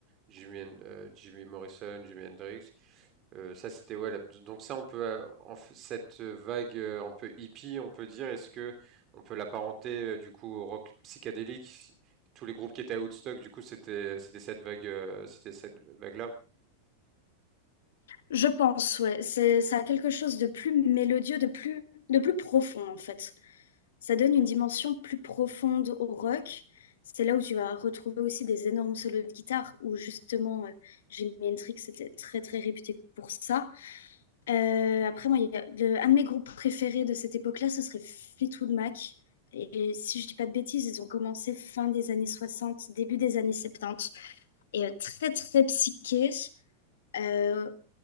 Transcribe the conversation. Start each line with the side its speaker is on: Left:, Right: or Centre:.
Right: Jimmy, euh, Jimmy Morrison, Jimi Hendrix. Euh, ça, c'était ouais. la- donc ça, on peut euh, en f- cette vague euh, un peu hippie, on peut dire. Est-ce que on peut l'apparenter euh, du coup au rock psychédélique? Tous les groupes qui étaient à Woodstock, du coup, c'était c'était cette vague, euh, c'était cette vague-là.
Left: Je pense, ouais. C'est, ça a quelque chose de plus mélodieux, de plus, de plus profond, en fait. Ça donne une dimension plus profonde au rock. C'est là où tu vas retrouver aussi des énormes solos de guitare, où justement, euh, Jimi Hendrix était très, très réputé pour ça. Euh, après, moi, il y a de- un de mes groupes préférés de cette époque-là, ce serait Fleetwood Mac. Et si je dis pas de bêtises, ils ont commencé fin des années 60, début des années 70. Et euh, très, très psyché. Euh,